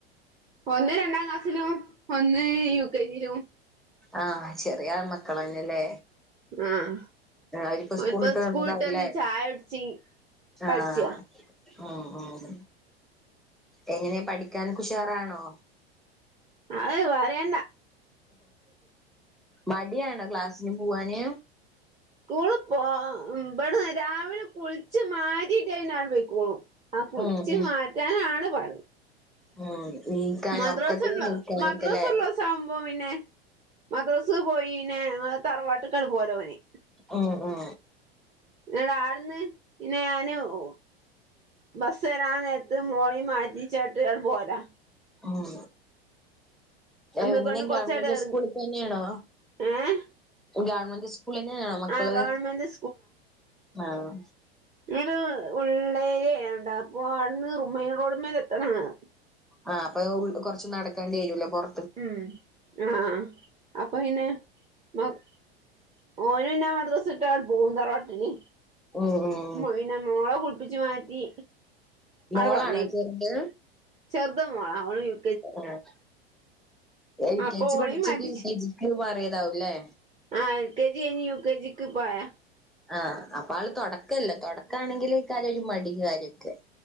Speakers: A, on the right (about 20°); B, in the centre.
A: ഒന്ന് രണ്ടാം ക്ലാസ്സിലും ഒന്ന് യു കെ ജിലും
B: ആഹ് ചെറിയ ആൺ മക്കള് അണ്ല്ലേ
A: ആഹ്
B: അര്പ്പം
A: ഓൽപ്പോ
B: സ്കൂളിട്ട്
A: സ്കൂള്ട്ടന്ന്
B: വന്നതാവുല്ലേ
A: ചായ കുടിച്ച് കളിച്ചാ
B: ആഹ് ഉം ഉം എങ്ങനെ പഠിക്കാനൊക്കെ ഉഷാറാണോ
A: അഹ് പറയേണ്ട
B: മടിയാണോ ക്ലാസിന് പൂവാന്
A: സ്കൂള് പോ ആ ഉം ഇബട്ന്ന് രാവിലെ കുളിച്ച് മാറ്റികിട്ടികയിഞ്ഞ ആണ്ട് പെയ്ക്കോളും ആ കുൾച്ച്
B: ഉം ഉം
A: മാറ്റാണ് പാട്
B: ഉം നീക്കാന്
A: മദ്രസ
B: ഒർക്കത്ത്ന്ന്
A: ഉള്ള
B: നീക്കാനൊക്കെല്ലെ
A: മദ്രസ ഉള്ള ദിവസം ആവുമ്പോ പിന്നെ മദ്രസ് പോയി പിന്നെ ഞങ്ങളെ തറവാട്ട്ക്കാണ്ട് പോയത ഓന്
B: ഉം ഉം
A: ന്നട്ട് ആട്ന്ന് പിന്നെ ഞാന് ഓ ബസ്സ് വെരാൻ നോരത്ത് മോളീം മാറ്റി ചാട്ട് ആണ്ട് പോയതാ
B: ഉം എഹ്
A: ഇന്നിപ്പോ
B: ങ്ങനെ
A: ഇന്ന്
B: ഗവണ്മെന്റ്
A: കൊറച്ചാട് എറങ്ങി
B: സ്കൂളി തന്നെയാണോ
A: ഏഹ്
B: ഗവൺമെന്റ് സ്കൂൾലെന്നെയേണോ മക്കള്
A: ആഹ് ഗവൺമെന്റ്
B: ആഹ്
A: ഇങ്ങ്നെ ഒരു ഉള്ളേരിയ ആയോണ്ടാ പ്പൊ ആട്ന്ന് റു മെയ്ൻ റോഡ്മ്മെല് നിർത്ത്ണാണാ
B: ആഹ് അപ്പൊ അഹ് ഉൾ കൊർച്ച് നടക്കെണ്ട്യെരുംല്ലെ കൊർ
A: ഉം ആഹ് അപ്പപിന്നെ മക് ഓന് പിന്നെ ആൺ മദ്രസ്ട്ടാ ആണ്ട് പോംവും തറവാട്ടില്
B: ഓന് <unintelligible>
A: മ്മ്ഹ് പിന്നെ മോളെ കുൾപ്പിച്ച് മാറ്റി
B: മോളാണോ
A: അണ്ട് പർഞ്ഞയ്
B: ചെറുത്
A: ചെർത് മോളാ ഓള് യു
B: ആഹ് എൽ
A: അപ്പൊ
B: കെ ജി
A: ഓളേം
B: പഠിച്ചിട്ട്
A: മാറ്റി
B: യു കെ ജിക്ക് മാറിയതാവുംല്ലേ
A: ആഹ് എൽ കെ ജി കയിഞ്ഞ് യു കെ ജിക്ക് പ്പ ആയാ
B: ആഹ് അപ്പ ആള് തൊടക്കല്ല തൊടക്കാണെങ്കില് എയ്ക്കാരം ഒര് മടിം കാര്യൊക്കെ